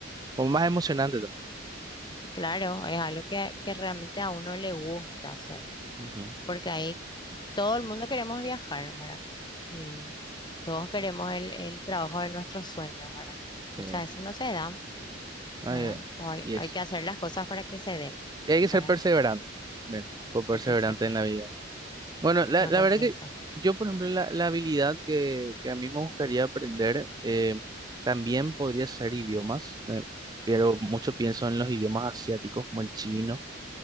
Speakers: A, on the right (about 20°); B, on the left (about 25°).
A: Como más emocionante también.
B: claro, es algo que, que realmente a uno le gusta hacer,
A: Ujú,
B: porque ahí todo el mundo queremos viajar, ¿verdad? Y todos queremos el, el trabajo de nuestros sueños, ¿verdad?
A: Sí.
B: Muchas veces no se dan,
A: Ay,
B: ¿verdad?
A: eh,
B: O hay,
A: y
B: hay
A: eso.
B: que hacer las cosas para que se den,
A: Y hay que ser
B: ¿verdad?
A: perseverante también, con perseverante
B: Hay que ser, pers-
A: en la vida. Bueno, la,
B: no
A: la
B: rendirse.
A: verdad que yo, por ejemplo, la, la habilidad que, que a mí me gustaría aprender eh, también podría ser idiomas, me- pero mucho pienso en los idiomas asiáticos como el chino